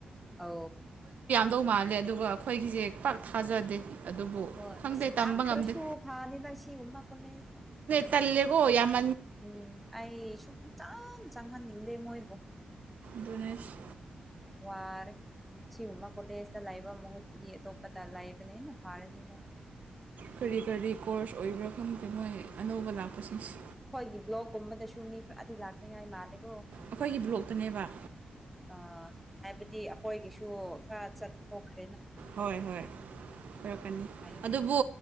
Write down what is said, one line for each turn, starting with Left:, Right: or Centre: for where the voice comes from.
Centre: ꯑ
Right: ꯗꯧ ꯃꯥꯜꯂꯦ ꯑꯗꯨꯒ ꯑꯩꯈꯣꯏꯒꯤꯁꯦ ꯄꯥꯛ ꯊꯥꯖꯗꯦ ꯑꯗꯨꯕꯨ
Centre: ꯍꯣꯏ
Right: ꯈꯪꯗꯦ
Centre: ꯅꯥꯛꯇ꯭ꯔꯁꯨ
Right: ꯇꯝꯕ ꯉꯝꯗꯦ
Centre: ꯐ ꯍꯥꯏꯥꯅꯤ ꯅꯁꯤ ꯎ ꯃꯈꯀ ꯂꯩꯁ
Right: ꯇꯜꯦꯒꯣ ꯌꯥꯝ
Centre: ꯎꯝ ꯑꯩ ꯁꯨꯡꯆꯪ ꯆꯪꯍꯟꯅꯤꯡꯗꯦ ꯃꯣꯏꯕꯨ
Right: ꯗꯅꯦꯁ
Centre: ꯋꯥꯔꯦ ꯁꯤꯒꯨꯝꯕ ꯀꯣꯂꯦꯖꯇ ꯂꯥꯏꯕ ꯃꯍꯨꯠꯄꯨꯗꯤ ꯑꯇꯣꯞꯄꯗ ꯂꯥꯏꯕꯅ ꯍꯦꯟꯅ ꯐꯥꯔꯅꯤ ꯃꯣꯏ
Right: ꯀꯔꯤ ꯀꯔꯤ ꯀꯣꯔꯁ ꯑꯣꯏꯕ꯭ꯔꯥ ꯈꯪꯗꯦ ꯃꯣꯏ ꯑꯅꯧꯕ ꯂꯥꯛꯄꯁꯤꯡꯁꯦ
Centre: ꯍꯣꯏꯒꯤ ꯕ꯭ꯂꯣꯛꯀꯨꯝꯕꯗꯁꯨ ꯃꯤ ꯈꯔꯗꯤ ꯂꯥꯛꯅꯤꯡꯉꯥꯏ ꯃꯥꯜꯂꯤ
Right: ꯑꯩꯈꯣꯏꯒꯤ ꯕ꯭ꯂꯣꯛꯇꯅꯦꯕ
Centre: ꯑ ꯍꯥꯏꯕꯗꯤ ꯑꯩꯈꯣꯏꯒꯤꯁꯨ ꯈꯔ ꯆꯠꯊꯣꯛꯈ꯭ꯔꯦ
Right: ꯍꯣꯏ ꯍꯣꯏ ꯑꯣꯏꯔꯛꯀꯅꯤ
Centre: ꯌꯥꯏ
Right: ꯑꯗꯨꯕꯨ